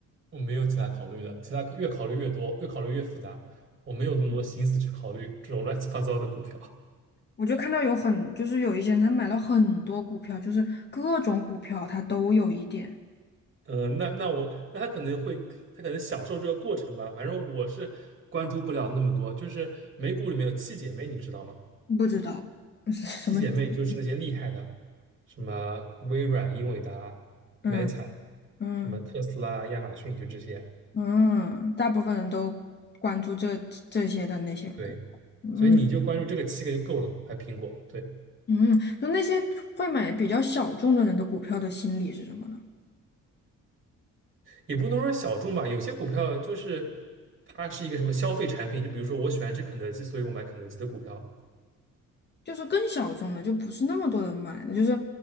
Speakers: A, on the right (about 40°); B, on the left (about 35°).
A: 我没有其他考虑的，其他越考虑越多，越考虑越复杂，我没有那么多心思去考虑这种乱七八糟的股票。
B: 我就看到有很，就是有一些人他买了很多股票，就是各种股票他都有一点，
A: 嗯呃那那我那他可能会，他可能享受这个过程吧。反正我是关注不了那么多。就是美股里面有七姐妹，你知道吗？
B: 不知道是什么
A: 七姐妹就是那些厉害的，
B: <laughs>。
A: 什么微软、英伟达、
B: 嗯
A: Meta，
B: 嗯
A: 什么特斯拉、亚马逊，就这些。
B: 嗯，大部分人都关注这这些的那些股。
A: 对，
B: 嗯
A: 所以你就关注这个七个就够了。还有苹果，对，
B: 嗯，就那些会买比较小众的人的股票的心理是什么呢？
A: 也不能说小众吧。有些股票就是它是一个什么消费产品，就比如说我喜欢吃肯德基，所以我买肯德基的股票；
B: 就是更小众的，就不是那么多人买的，就是